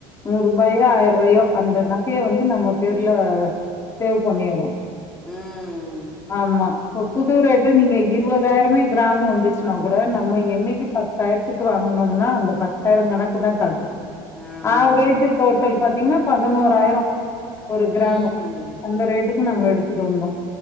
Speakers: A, on the left (about 25°); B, in the centre.
A: நூறு ருபாயே ஆயிருபாயோ அந்த நகைய வந்து நம்ம பேர்ல சேவ் பண்ணிறோ
B: ம்
A: ஆமா இப்பொ புது ரேட்டு நீங்க இருவதாயிரமே கிராமு வந்துச்சுனா கூட நம்ம என்னைக்கு பத்தாயிரத் த்துக்கு வாங்குனோம்னா அந்த பத்தாயிர கணக்கு தா காட்டுது
B: ஆமாமா
A: ஆவ்ரேஜி டோட்டல் பாத் திங்னா பதுனோறாயரோ ஒரு க்ராமு
B: ம்
A: அந்த ரேட்டுக் கு நாங்க எடுத்துட்டு வந்தோ